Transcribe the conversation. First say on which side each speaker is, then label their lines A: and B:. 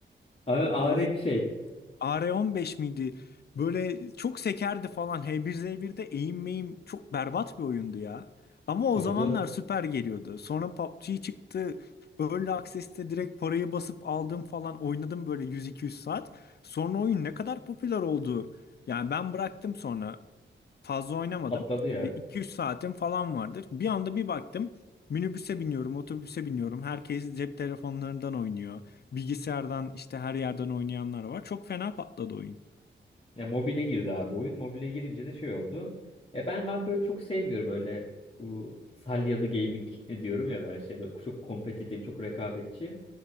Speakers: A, on the left (about 30°); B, on the left (about 55°).
A: A- Ağır
B: O
A: bir şey.
B: AR-15 miydi? Böyle çok sekerdi falan. h bir z 1de eğim meyim çok berbat bir oyundu ya. Ama
A: Tabii
B: o zamanlar
A: canım
B: süper geliyordu. Sonra PUBG çıktı. Early Access'te direkt parayı basıp aldım falan oynadım böyle 100-200 saat. Sonra oyun ne kadar popüler oldu. Yani ben bıraktım sonra. Fazla oynamadım.
A: patladı ya.
B: Bir 2-3 saatim falan vardır. Bir anda bir baktım. Minibüse biniyorum, otobüse biniyorum. Herkes cep telefonlarından oynuyor. Bilgisayardan işte her yerden oynayanlar var. Çok fena patladı oyun.
A: Ya mobile girdi abi oyun. Mobile girince de şey oldu. Ya ben ben böyle çok sevmiyorum öyle bu salyalı gaming e, diyorum ya ben işte böyle çok kompetitif, çok rekabetçi.